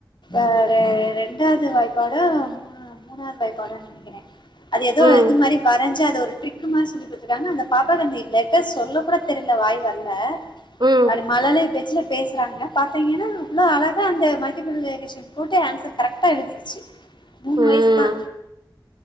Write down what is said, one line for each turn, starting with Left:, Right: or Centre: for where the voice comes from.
Left: ஆ ரெ ரெண்டாது வாய்ப்பாடோ மூணா மூணாது வாய்ப்பாடோ நெனக்கிற அது ஏதோ
Right: ம்
Left: இது மாரி வரைஞ் சி அது ஒரு ட்ரிக்கு மாரி சொல்லி க குடுத்துருக்காங்க அந்த பாப்பாக்கு அத சொல்ல கூட தெரில வாய் வர்ல
Right: ம்
Left: அப்டி மழலை பேச்சுல பேசுறாங்க பாத்தீங்கன்னா அவ்ளோ அழகா அந்த மல்டிபுள் எடிஷன் போட்டு ஆன்சர் கரெக்டா எழுதிடுச்சு மூணு
Right: ம்
Left: வயசு தா